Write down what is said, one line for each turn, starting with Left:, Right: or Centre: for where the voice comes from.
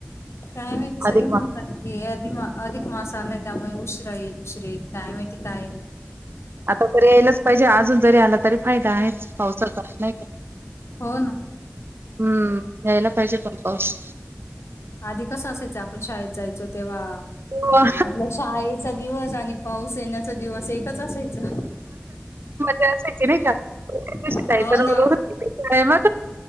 Left: काय माहिती सगळे
Right: अधिक
Left: म्हणतात
Right: मास
Left: अधिक मा अधिक मास त्यामुळे उशरा येईल उशरा येईल काय माहिती काय
Right: आता तर यायलाच पाहिजे अजून जरी आला तरी फायदा आहेच पावसाचा नाही का
Left: होन
Right: हम्म यायला पाहिजे पण पाऊस
Left: आधी कसं असायचं आपण शाळेत जायचो तेव्हा
Right: हो.
Left: आपल्या शाळेचा दिवस आणि पाऊस येण्याचा दिवस एकच असायचा
Right: जाची नाही जा
Left: हो
Right: काही तर
Left: ना
Right: आहे म